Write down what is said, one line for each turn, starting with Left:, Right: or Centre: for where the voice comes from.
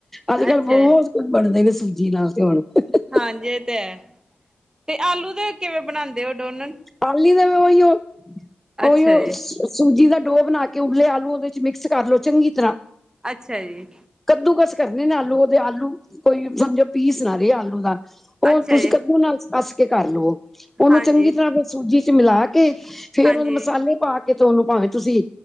Centre: ਅੱਜ- ਕੱਲ੍ਹ
Right: ਅੱਛਾ
Centre: ਬਹੁਤ ਬਣਦੇ ਨੇ ਸੂਜੀ ਨਾਲ ਤੇ ਹੁਣ <unintelligible>
Right: ਹਾਂਜੀ ਇਹ ਤੇ ਐ ਤੇ ਆਲੂ ਦੇ ਕਿਵੇਂ ਬਣਾਂਦੇ ਓ ਡੋਨਟ?
Centre: ਆਲੂ ਦੇ ਵੀ ਉਈਓ
Right: ਅੱਛਾ
Centre: ਉਈਓ
Right: ਜੀ
Centre: ਸੂਜੀ ਦਾ ਡੋਹ ਬਣਾ ਕੇ ਉਬਲੇ ਆਲੂ ਉਹਦੇ 'ਚ ਮਿਕਸ ਕਰ ਲਓ ਚੰਗੀ ਤਰ੍ਹਾਂ।
Right: ਅੱਛਾ ਜੀ।
Centre: ਕੱਦੂ-ਕਸ ਕਰਨੇ ਨੇ ਆਲੂ ਉਹਦੇ ਆਲੂ ਕੋਈ ਸਮਝੋ ਪੀਸ ਨਾ ਰਏ ਆਲੂ ਦਾ। ਉਹ
Right: ਅੱਛਾ
Centre: ਤੁਸੀਂ
Right: ਜੀ
Centre: ਕੱਦੂ ਨਾਲ ਕੱਸ ਕੇ ਕਰ ਲਓ, ਉਹਨੂੰ
Right: ਹਾਂਜੀ
Centre: ਚੰਗੀ ਤਰ੍ਹਾਂ ਫਿਰ ਸੂਜੀ ਚ ਮਿਲਾ ਕੇ ਕੇ, ਫੇਰ
Right: ਹਾਂਜੀ
Centre: ਉਹਦੇ ਮਸਾਲੇ ਪਾ ਕੇ ਤੇ ਉਹਨੂੰ ਭਾਵੇਂ ਤੁਸੀਂ